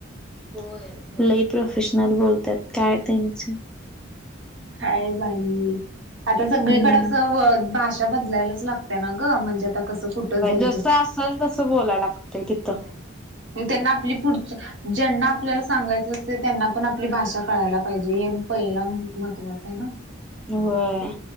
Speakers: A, in the centre; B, on the right (about 65°).
A: होय लई प्रोफेशनल बोलतात काय त्यांची.
B: हाय बाई. आता सगळीकडे
A: हम्म
B: असं भाषा बदलायलाच लागतेय ना ग म्हणजे आता कस कुठ जाई
A: जस असेल तस बोलायला लागतय तिथ.
B: होय त्यांना आपली पुढच ज्यांना आपल्याला सांगायचं असत त्यांना पण आपली भाषा कळायला पाहिजे हे पहिला महत्त्वाचं आहे ना
A: होय